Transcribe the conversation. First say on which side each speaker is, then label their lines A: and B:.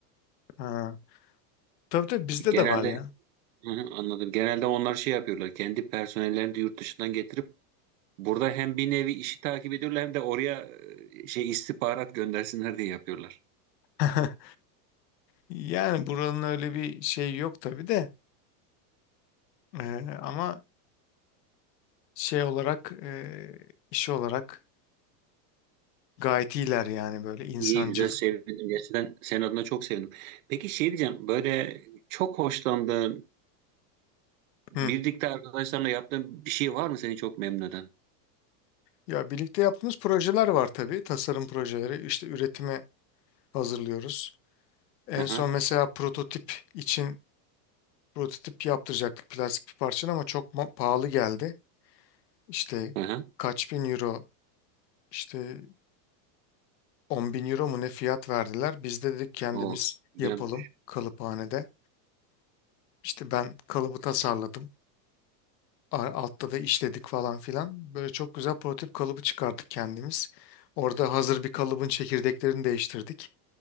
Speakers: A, on the left; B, on the right.
A: Ha. Tabii tabii bizde
B: Genelde
A: de var ya.
B: Hı hı, anladım. Genelde onlar şey yapıyorlar. Kendi personellerini de yurt dışından getirip Burada hem bir nevi işi takip ediyorlar hem de oraya e, şey istihbarat göndersinler diye yapıyorlar.
A: <laughs> Yani buranın öyle bir şey yok tabii de Ee, ama şey olarak e, iş olarak gayet iyiler yani böyle insancıl.
B: İyi güzel sevindim. Gerçekten senin adına çok sevindim. Peki şey diyeceğim böyle çok hoşlandığın birlikte
A: Hı.
B: arkadaşlarla yaptığın bir şey var mı seni çok memnun eden?
A: Ya birlikte yaptığımız projeler var tabii tasarım projeleri işte üretime hazırlıyoruz. En
B: Aha
A: son mesela prototip için prototip yaptıracaktık plastik bir parçanın ama çok ma- pahalı geldi. İşte
B: aha
A: kaç bin euro işte 10 bin euro mu ne fiyat verdiler biz de dedik kendimiz
B: O, güzel.
A: yapalım kalıphanede. İşte ben kalıbı tasarladım. A- Altta da işledik falan filan. Böyle çok güzel prototip kalıbı çıkardık kendimiz. Orada hazır bir kalıbın çekirdeklerini değiştirdik.